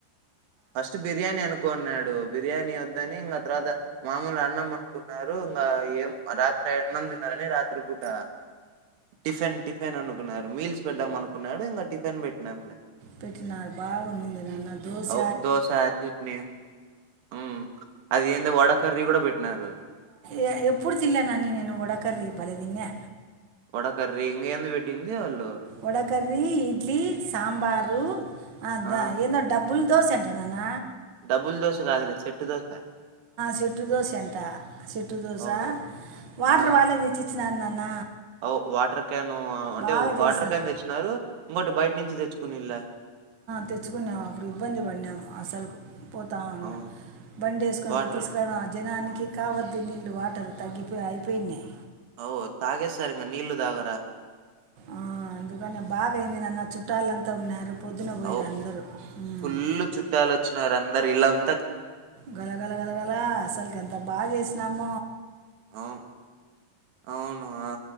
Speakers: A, on the right; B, on the right.
A: ఫస్ట్ బిర్యానీ అనుకొన్యాడు బిర్యానీ వద్ ద్దని ఇంగ ఆ తర్వాత మామూలు అన్నం అనుకున్నారు ఇంగా ఏం రాత్రి ఆ అన్నం తినరని రాత్రి పూట. టిఫెన్ టిఫిన్ అనుకున్నారు మీల్స్ పెడదాం అనుకున్నాడు ఇంగ టిఫిన్ పెట్టినాంలే
B: పెట్టిన బాగా నింది నా దోశ
A: అవ్ దోస, చట్నీ హ్మ్. అది ఏందో వడ కర్రీ గూడా బెట్టినారు.
B: ఎ న పడుదింగా
A: వడకర్రీ ఇం ఎందు పెట్టింది వాళ్ళు
B: వడకర ఇడ్లీ సాంబార్ అ అదా
A: ఆ!
B: ఏదో డబ్బ బుల్దో ఎంటర్ అన్న
A: డబుల్ దోశ కాదుద సెట్టు దోశ
B: చెట్టుదోశ అంట చెట్టుదోశ
A: ఓహో!
B: వాటర్
A: ఆ!
B: వాళ్ళే తెచ్చిచ్చినా నాన్న
A: అవ్ వాటర్ క్యాను అంటే
B: బాగా
A: ఒక
B: చేసినాను
A: వాటర్ క్యాన్ దెచ్చినారు. ఇంకోటి బయట నుంచి దెచ్చుకొనిళ్ళా.
B: తెచ్చుకున్నాము అప్పుడు ఇబ్బంది పడినాము అసలుకు పోతా ఉన్నా
A: అవును.
B: బం వేసుకొని
A: వాటర్.
B: పోయి తీసుకురావడం ఆ జనానికి కావద్దు నీళ్ళలు వాటర్ తగ్గిపోయి అయిపోయినాయి
A: ఓ తగే సార్ంగా నీళ దాగ
B: ఆ అందుకనే బాగాయింది నాన్న చుట్టాలంతా ఉన్నారు పొద్దున పోయిరు
A: ఓ
B: అందరూ ఉమ్.
A: ఫుల్ చుట్టాలు వచ్చినారు అందరు ఇల్లంత
B: గలగల గలగల అసలుకి ఎంత బాగా చేస్త నమ
A: అవును అవును ఆ